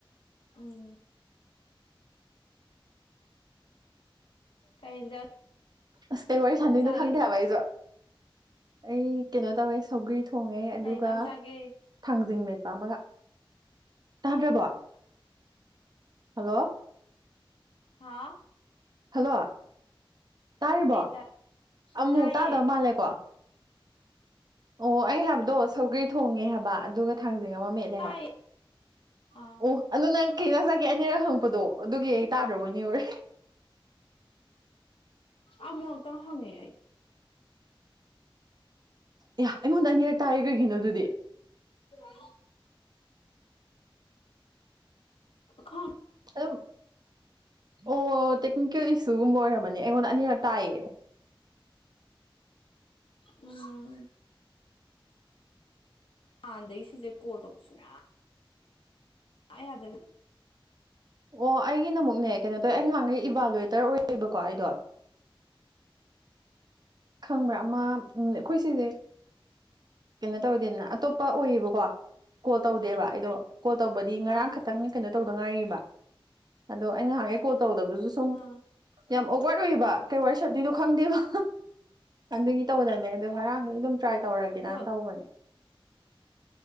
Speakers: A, on the left; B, on the right.
A: ꯎꯝ ꯀꯩ ꯌꯦꯟꯖꯥꯡ
B: ꯑꯁ ꯀꯩ ꯋꯥꯔꯤ ꯁꯥꯟꯗꯣꯏꯅꯣ
A: ꯆꯥꯒꯦ
B: ꯈꯪꯗꯦ ꯍꯥꯏꯕ ꯑꯩꯁꯨꯣ ꯑꯩ ꯀꯩꯅꯣ ꯇꯧꯋꯦ ꯁꯧꯒ꯭ꯔꯤ ꯊꯣꯡꯉꯦ ꯑꯗꯨꯒ
A: ꯀꯩ ꯌꯦꯟꯖꯥꯡ ꯆꯥꯒꯦ
B: ꯊꯥꯡꯖꯤꯡꯃꯦꯠ ꯆꯥꯝꯃꯒ ꯆꯥꯗ꯭ꯔꯕꯣ ꯍꯜꯂꯣ
A: ꯍꯥꯥ
B: ꯍꯜꯂꯣ ꯇꯥꯔꯤꯕꯣ
A: ꯇꯥꯏ
B: ꯑꯃꯨꯛ
A: ꯇꯥꯏꯌꯦ
B: ꯇꯥꯗꯕ ꯃꯥꯜꯂꯦꯀꯣ ꯑꯣ ꯑꯩ ꯍꯥꯏꯕꯗꯣ ꯁꯧꯒ꯭ꯔꯤ ꯊꯣꯡꯉꯦ ꯍꯥꯏꯕ ꯑꯗꯨꯒ ꯊꯥꯡꯖꯤꯡ ꯑꯃ ꯃꯦꯠꯂꯦ
A: ꯇꯥꯏꯌꯦ
B: ꯍꯥꯏꯕ
A: ꯑꯥ
B: ꯑꯣ ꯑꯗꯨ ꯅꯪ ꯀ ꯅ ꯆꯒꯦ ꯑꯅꯤꯔꯛ ꯍꯪꯉꯛꯄꯗꯣ ꯑꯗꯨꯒꯤ ꯑꯩ ꯇꯥꯗ꯭ꯔꯕꯅꯤ ꯑꯣꯏꯔꯦ
A: ꯑꯃꯨꯛꯨꯛꯇꯪ ꯍꯪꯉꯦ ꯑꯩ
B: ꯑꯦ ꯑꯩꯉꯣꯟꯗ ꯑꯅꯤꯔꯛꯛꯇꯥꯏꯌꯦ ꯀꯩꯒꯤꯅꯣ ꯑꯗꯨꯗꯤ
A: ꯀ ꯍ
B: ꯑꯗꯨꯝ ꯑꯣ ꯇꯦꯛꯅꯤꯀꯦꯜ ꯏꯁꯨꯒꯨꯝꯕ ꯑꯣꯏꯔꯝꯃꯅꯤ ꯑꯩꯉꯣꯟꯗ ꯑꯅꯤꯔꯛ ꯇꯥꯏꯌꯦ
A: ꯎꯝ ꯍꯥꯟꯗꯏ ꯁꯤꯁꯦ ꯀꯣꯜ ꯇꯧ ꯄꯨꯁꯨꯅ ꯌꯥꯗꯂ
B: ꯑꯣ ꯑꯩꯒꯤ ꯅ ꯑꯃꯛꯅꯦ ꯀꯩꯅꯣ ꯇꯧꯋꯦ ꯑꯩ ꯉꯍꯥꯟꯈꯩ ꯏꯚꯥꯂꯨꯋꯦꯇꯔ ꯑꯣꯏꯌꯦꯦꯕꯀꯣ ꯑꯩꯗꯣ
A: ꯀꯦꯛ <inaudible>
B: ꯈꯪꯕ꯭ꯔꯥ ꯑꯃ ꯎ ꯑꯩꯈꯣꯏ ꯁꯤꯁꯦ ꯀꯩꯅꯣ ꯇꯧꯗꯦꯗꯅ ꯑꯇꯣꯞꯄ ꯑꯣꯏꯌꯦꯕꯀꯣ ꯀꯣꯜ ꯇꯧꯗꯦꯕ ꯑꯩꯗꯣ ꯀꯣꯜ ꯇꯧꯕꯗꯤ ꯉꯔꯥꯡ
A: ꯑꯥ
B: ꯈꯛꯇꯪ ꯀꯩꯅꯣ ꯇꯧꯗ ꯉꯥꯏꯔꯤꯕ ꯑꯗꯣ ꯑ ꯅꯍꯥꯟꯉꯩ ꯀꯣꯜ ꯇꯧꯗꯕꯗꯨꯁꯨ ꯁꯨꯝ
A: ꯑꯥ
B: ꯌꯥꯝ ꯑꯣꯋꯥꯔ ꯑꯣꯏꯏꯕ ꯀꯩ ꯋꯥ ꯁꯠꯇꯣꯏꯗꯣ ꯈꯪꯗꯦꯕ ꯑꯗꯨꯒꯤ ꯇꯧꯗꯅꯦ ꯑꯗꯨ ꯉꯔꯥꯡꯗꯒꯤ ꯑꯗꯨꯝ ꯇ꯭ꯔꯥꯏ ꯇꯧꯔꯒꯦꯗꯥꯅ
A: ꯑꯗꯨꯒ
B: ꯇꯧꯕꯅꯦ꯫